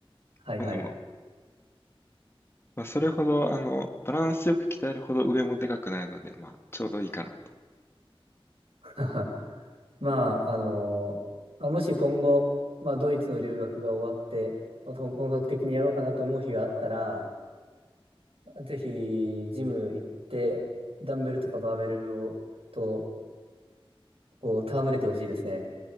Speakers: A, on the right (about 75°); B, on the left (about 25°).
A: はいはい。
B: まあでも、まあそれほど、あの、バランスよく鍛えるほど上もでかくないので、まあちょうどいいかなと。
A: <laughs> まあ、あのまあもし今後、まあドイツの留学が終わって、また本本格的にやろうかなと思う日があったら、ぜひ、ジム行って、ダンベルとかバーベルを、と、こう、戯れてほしいですね。